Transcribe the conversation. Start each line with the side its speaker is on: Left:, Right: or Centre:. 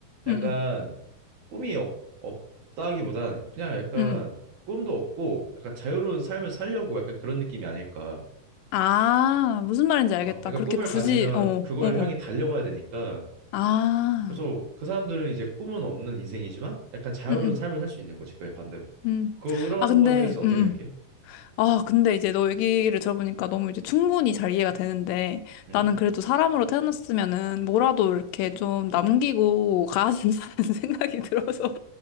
Right: 약간
Left: 응응,
Right: 꿈이 없, 없다기보단 그냥 약간
Left: 응 응.
Right: 꿈도 없고 약간 자유로운 삶을 살려고 약간 그런 느낌이 아닐까.
Left: 아, 무슨 말인지 알겠다.
Right: 어, 그러니까
Left: 그렇게
Right: 꿈을
Left: 굳이,
Right: 가지면
Left: 어,
Right: 그걸
Left: 어, 어.
Right: 향해 달려가야 되니까
Left: 아,
Right: 그래서 그 사람들은 이제 꿈은 없는 인생이지만 약간 자유로운
Left: 응응,
Right: 삶을 살 수 있는 거지 그게 반대로.
Left: 응응.
Right: 그런
Left: 아, 근데,
Right: 건에 대해서 어떻게
Left: 응응.
Right: 생각해?
Left: 아, 근데 이제 너 얘기를 들어보니까 너무 이제 충분히 잘 이해가 되는데
Right: 음,
Left: 나는 그래도 사람으로 태어났으면은 뭐라도 이렇게 좀 남기고 가야 된다는 <laughs> 생각이 들어서